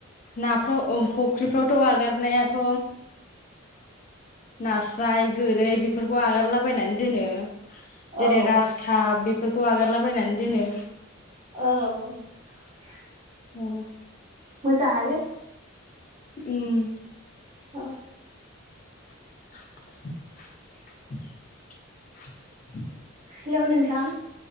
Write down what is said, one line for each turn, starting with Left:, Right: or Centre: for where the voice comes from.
Left: नाफ्राव अ फख्रिफ्रावथ' आगारनायाथ' नास्राय गोरै बेफोरखौ आगारलाबायनानै दोनो जेरै
Right: औ
Left: रास काप बेफोरखौ आगारलाबायनानै दोनो
Right: औ
Left: औ
Right: मोजाङानो
Left: उम
Right: औ
Left: <inaudible> <inaudible>
Right: हेलौ नोंथां